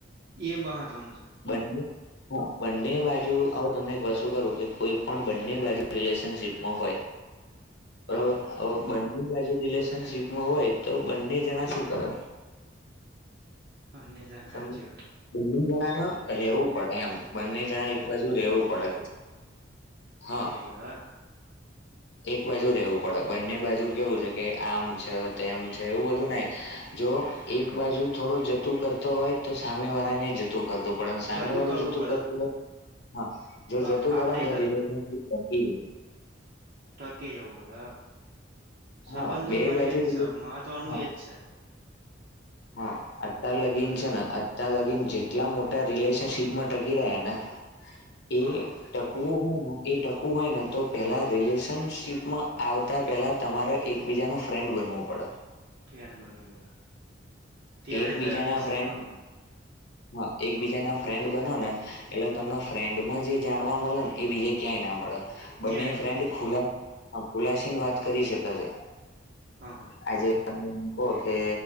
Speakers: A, on the right; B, on the left.
A: એ મહત્વનુંસાર.
B: બને. બંને બાજુ હ તમને એક વતુ કરું કે કોઈ પણ બંને બાજુ રિલેશનશીપમાં હોય.
A: હ
B: બરોબર
A: હા
B: હવે બંને બાજુ રિલેશનશીપમાં હોય તો બંને જણા શું કર
A: હ નને જ હંચી
B: સમજ બંને જણા ન રેવું પડે એમ બંને જ એક બાજુ ર રહેવું પડે હા
A: બડા
B: એક બાજુ રહેવું પડે બંને બાજુ કેવું છે કે આમ છે તેમ છે એવું બધું ના જો એક બાજુ થોડો જતું કરતો હોય તો સામેવાળાને જતું કરત પણ સામે
A: જદુ
B: વાળું
A: કરવું
B: જતું
A: પડે
B: કરતું નથી જો
A: તો
B: જતું
A: આપડે
B: કરો ને તો રિલેશનશીપ થતી જ
A: ટકે ઉુંવાળ સંબંધોમાં
B: હા બે બાજુ
A: એ જ
B: રિલે-
A: છે મહત્વનું
B: હા
A: એ જ છે
B: હા અતાાર લગીન છે ને અાર લગીન જેટલા મોટા રિલેશનશીપમાં ટકી રહ્યા ને એ
A: હ
B: ટકવું હોય ને એ ટકવું હોય ને તો પેલા રિલેશનશીપમાં આવતા પેલા તમારે એકબીજાનું ફ્રેન્ડ બનવું પડે
A: ફિયાન બનવું પ ત્યારે
B: એકબીજાના
A: રએશનમાં
B: ફ્રેન્ડ
A: હોય
B: હા એક બીજા ના ફ્રેન્ડ બનો ને એટલે તમને ફ્રેન્ડમાં જે જાણવા મળે ને એ બીજે ક્યાંય ના મળે બંને
A: ક્યાંય
B: ફ્રેન્ડ
A: મળે
B: ખુ ખુલાસીન વાત કરી શકે છે
A: હ હ
B: આજે કે